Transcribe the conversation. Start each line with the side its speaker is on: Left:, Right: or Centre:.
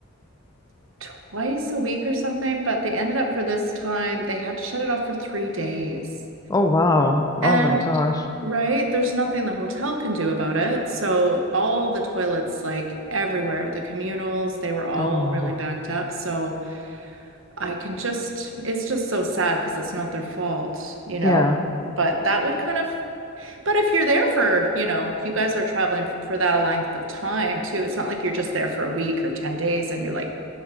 Right: twice a week or something, but they ended up for this time, they had to shut it off for three days.
Left: Oh wow.
Right: And
Left: Oh my gosh.
Right: right, there's nothing the hotel can do about it. So all the toilets, like everywhere, the communals, they were all
Left: Oh
Right: really backed up. So I can just, it's just so sad because it's not their fault, you know?
Left: yeah.
Right: But that would kind of, but if you're there for, you know, you guys are traveling for, for that length of time too, it's not like you're just there for a week or 10 days and you're like,